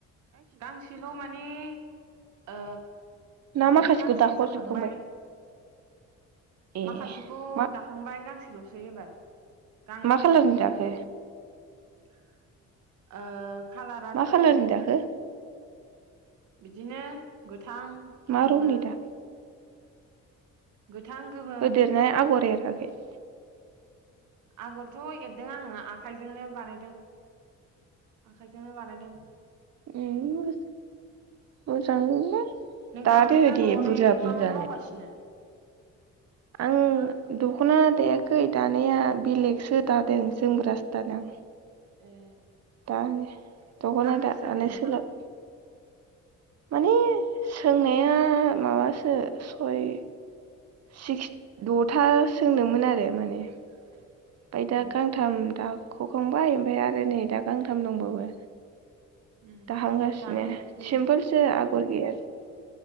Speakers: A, on the right; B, on the right.
A: गांसेल माने ओ
B: ना
A: माने
B: माखासेखौ
A: गांसे
B: दाख'जोबखांबाय
A: जाखांबाय
B: ए
A: माखासेखौ
B: मा
A: दाखांबाय गांसेल एबार गांसेखौ
B: मा खालारनि दाखो?
A: <inaudible> ओ खालाराथ'
B: मा खालारनि दाखो
A: बिदिनो गोथां,
B: मा
A: गोमो
B: रंनि दाखो
A: गोथां गोमो
B: होदेरनाय आगर एर <inaudible>
A: आगरथ एरदों आंङो आ आखाइजोंनो बानायदों आखाइजोंनो बानायदों।
B: उम मोजाङैनो
A: नोंथाङालाय
B: दादो
A: दा न'आवलाय
B: दे बुरजा
A: मा
B: बुरजानो।
A: मा मावगासिनो
B: आं
A: नोंथां
B: दखना दायाखै दानाया बेलेगसो दादों जोमग्रासो दादों।
A: ए
B: दानि दखना
A: गांबेसे
B: दानो
A: जाखो नोंथां
B: सोलाब होय सोंनाया माबासो सय सिक्स दथा सोंदोंमोन आरो माने ओमफाय
A: उम
B: दा गांथाम दा खखांबाय ओमफफ्राय आरो नै दा गांथाम दंबावो
A: उम
B: दाहांगासिनो
A: मोजाङानो नोंथाङा
B: सिम्पोलसो आ गर गैया